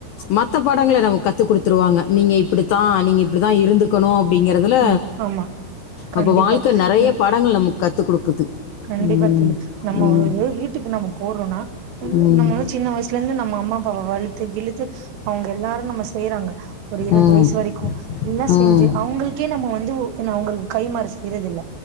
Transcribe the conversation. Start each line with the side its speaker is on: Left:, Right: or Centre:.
Left: மத்த பாடங்கள நமக் கத்து கொடுத்துருவாங்க நீங்க இப்டித்தா நீங்க இப்டி தா இருந்து கொணு அப்டிங்கெறதுல
Right: ம் ஆமா கண்டிப்பா
Left: அப்ப வாழ்க்க நறைய
Right: ம்
Left: படங்கள் நமக்கு கத்து குடுக்குது
Right: கண்டிப்பா
Left: ம்.
Right: தோழி நம்ம
Left: ம்.
Right: ஒரு வீட்டுக்கு நம்ம போறோன்னா
Left: ம்.
Right: நம்ம வந்து சின்ன வய்சுலேந்து நம்ம அம்மா அப்பாவ வழ்த்து கிழுத்து அவுங்க எல்லாரு நம்ம செய்றாங்க ஒரு இருவது
Left: ம்.
Right: வய்சு வரைக்கு எல்லா
Left: ம்.
Right: செஞ்சு அவ்ங்குள்க் கே நம்ம வந்து உ நா அவுங்களுக்கு கைமாறி செய்றதுல்ல